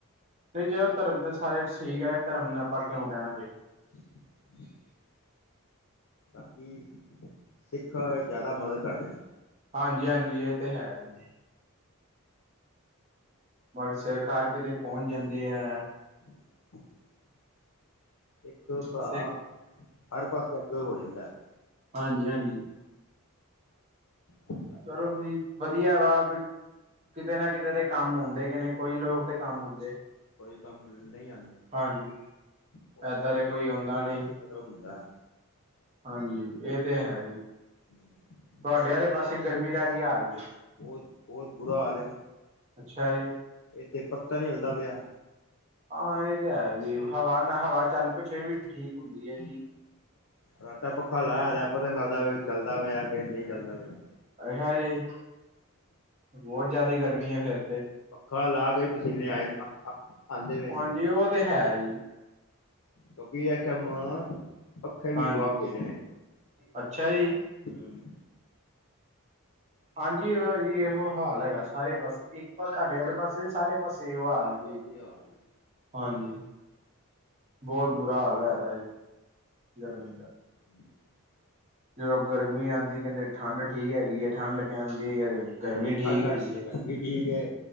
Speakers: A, on the right; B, on the left.
A: ਨਹੀਂ ਜਦੋਂ ਧਰਮ ਤਾਂ ਸਾਰੇ ਠੀਕ ਐ ਧਰਮ ਆਪਾਂ ਕਿਉਂ ਕਹਿਣਾ ਜੀ।
B: <inaudible> ਬਾਕੀ ਸਿੱਖ ਜ਼ਿਆਦਾ ਮਦਦ ਕਰਦੇ ਨੇ,
A: ਹਾਂਜੀ ਹਾਂਜੀ ਇਹ ਤੇ ਹੈ ਜੀ। ਮਗਰ ਸਿਰਕਾਰ ਕਿਤੇ ਪਹੁੰਚ ਜਾਂਦੇ ਐ।
B: <inaudible> ਇੱਕ ਭਰਾ,
A: ਸਿੱਖ
B: ਹਰ ਪਾਸੇ ਅੱਗੇ ਹੋ ਜਾਂਦਾ।
A: ਹਾਂਜੀ ਹਾਂਜੀ,
B: ਤਾਂ ਕਰਕੇ
A: ਚਲੋ ਵੀ ਵਧੀਆ ਵਾ, ਕਿਤੇ ਨਾ ਕਿਤੇ ਦੇ ਕੰਮ ਆਉਦੇ ਨੇ ਕੋਈ ਲੋਕ ਤੇ
B: ਅੱਜ
A: ਕੰਮ ਆਉਦੇ।
B: ਕੋਈ ਕੰਮ ਨੀ ਆਦਾ।
A: ਹਾਂਜੀ,
B: ਉਹਨਾਂ
A: ਏਦਾਂ
B: ਨੂੰ
A: ਦੇ
B: ਸਿਰਫ
A: ਕੋਈ ਆਉਂਦਾ
B: ਆਪਣੇ
A: ਨੀ
B: ਨਾਲ ਈ ਮਤਲਬ ਹੁੰਦਾ।
A: ਹਾਂਜੀ ਇਹ ਤੇ ਹੈ ਜੀ।
B: <inaudible>
A: ਤੁਹਾਡੇ ਆਲੇ ਪਾਸੇ ਗਰਮੀ ਦਾ ਕੀ ਹਾਲ ਜੇ?
B: ਬੋਤ ਬੋਤ ਬੁਰਾ ਹਾਲ ਐ
A: ਅੱਛਾ ਜੀ।
B: ਇਥੇ ਪਤਾ ਨੀ ਹਿਲਦਾ ਪਿਆ।
A: ਹਾਂ ਇਹ ਤਾਂ ਹੈਗੀ ਹਵਾ ਨਾ ਹਵਾ ਚੱਲ ਪਏ ਫੇਰ ਵੀ ਠੀਕ ਹੁੰਦੀ ਐ ਜੀ।
B: ਫਰਾਟਾ ਪੱਖਾ ਲਾਇਦਾ ਪਤਾ ਨਹੀਂ ਲੱਗਦਾ ਚੱਲਦਾ ਹੋਇਆ ਕਿ ਨਹੀਂ ਚੱਲਦਾ ਹੋਇਆ।
A: ਅੱਛਾ ਜੀ, ਬੋਤ ਜ਼ਿਆਦਾ ਗਰਮੀ ਐ ਫਿਰ ਤੇ
B: ਪੱਖਾ ਲਾ ਦੇ ਪਸੀਨੇ ਆਏ ਨੇ, ਪਏ
A: ਹਾਂਜੀ ਉਹ ਤੇ ਹੈ ਜੀ।
B: ਕਿਉਂਕਿ ਇਸ ਟੈਮ, ਪੱਖੇ ਵੀ
A: ਹਾਂਜੀ
B: ਜਵਾਬ ਦੇ ਰਹੇ ਨੇ।
A: ਅੱਛਾ ਜੀ।
B: ਹਮ
A: ਹਾਂਜੀ ਜੀ ਇਹੋ ਹਾਲ ਹੈਗਾ ਸਾਰੇ ਪਾਸੇ, ਇੱਕ ਪਾ ਤੁਹਾਡੇ ਵਾਲੇ ਪਾਸੇ ਸਾਰੇ ਪਾਸੇ ਐਈਓ ਹਾਲ
B: ਸਾਰੇ
A: ਜੀ।
B: ਪਾਸੇ ਇਹ ਹਾਲ ਹੈ
A: ਹਾਂਜੀ, ਬਹੁਤ ਬੁਰਾ ਹਾਲ ਹੈਗਾ ਜੀ ਗਰਮੀ ਦਾ।
B: <inaudible>
A: ਜਦੋਂ ਗਰਮੀ ਆਦੀ ਕਹਿੰਦੇ ਠੰਡ ਠੀਕ ਹੈਗੀ ਐ ਠੰਡ ਕਹਿੰਦੀ ਹੈ ਗਰਮੀ
B: ਜੇ
A: ਠੀਕ
B: ਠੰਡ
A: ਹੈਗੀ
B: ਆਦੀ
A: ਹੈ
B: ਗਰਮੀ ਠੀਕ ਐ